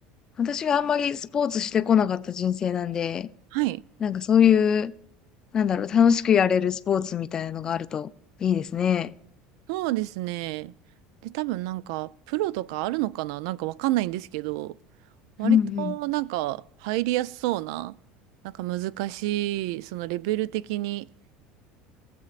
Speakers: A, on the left; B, on the right.
A: 私があんまりスポーツしてこなかった人生なんで、
B: はい。
A: なんかそういう、なんだろう、楽しくやれるスポーツみたいなのがあるといいですね。
B: そうですね。で、多分なんかプロとかあるのかななんかわかんないんですけど、割となんか入りやすそうな、
A: うんうん。
B: なんか難しい、そのレベル的に。